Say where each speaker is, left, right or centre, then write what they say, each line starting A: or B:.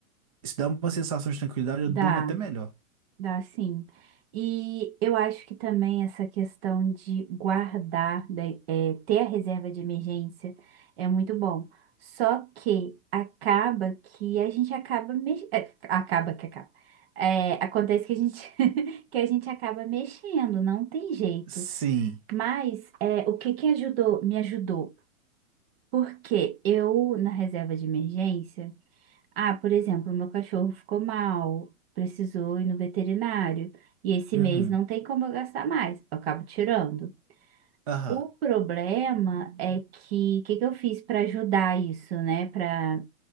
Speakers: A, on the right; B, on the right.
A: Isso dá uma sensação de tranquilidade,
B: Dá.
A: eu durmo até melhor.
B: Dá sim. E eu acho que também essa questão de guardar, da- é, ter a reserva de emergência é muito bom. Só que acaba que a gente acaba mex- é, acaba que acaba. É, acontece que a gente <laughs> que a gente acaba mexendo, não tem jeito.
A: Sim.
B: Mas é, o que que ajudou, me ajudou? Porque eu na reserva de emergência ah, por exemplo, meu cachorro ficou mal, precisou ir no veterinário, e esse
A: Uhum.
B: mês não tem como eu gastar mais, eu acabo tirando.
A: Aham.
B: O problema é que o que que eu fiz para ajudar isso, né? Para